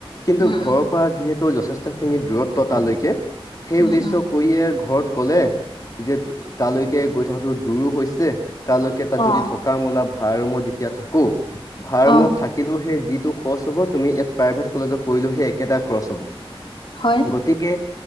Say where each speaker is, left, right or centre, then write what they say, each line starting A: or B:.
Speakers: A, on the left; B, on the left.
A: কিন্তু
B: উম
A: ঘৰৰ
B: উম
A: পৰা যিহেতু যথেষ্টখিনি দূৰত্ব তালৈকে, সেই
B: উম
A: উদ্দেশ্য
B: উম
A: কৰিয়ে ঘৰত ক'লে যে, তালৈকে গৈ থকাটো দূৰো হৈছে তালৈকে, তাত
B: অ
A: যদি থকা মেলা ভাড়া ৰুমত যেতিয়া থাকো ভাড়া ৰুমত
B: অ
A: থাকিলোও সেই যিটো খৰচ হ'ব, তুমি ইয়াত প্ৰাইভেট কলেজত পঢ়িলো সেই একেটা খৰচ হ'ব।
B: হয়
A: গতিকে